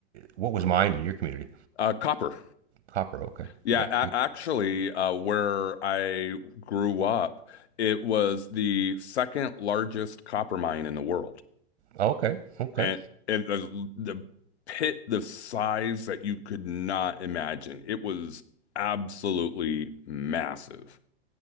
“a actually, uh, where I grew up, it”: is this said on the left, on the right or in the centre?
Left